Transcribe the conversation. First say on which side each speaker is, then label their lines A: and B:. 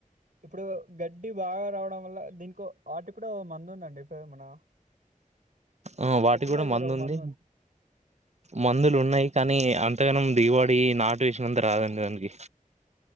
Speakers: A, on the right; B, on the right.
A: ఇప్పుడు గడ్డి బాగా రావడం వల్ల దీనికో వాటి కూడా మందు ఉందండి పేరు మన
B: ఆ వాటి
A: ఫెర్టిలైజర్
B: కూడా ముందుంది
A: ఒక మందుంది.
B: మందులు ఉన్నాయి కానీ అంతగానం దిగుబడి ఈ నాటు విషం అంతా రాదండి దానికి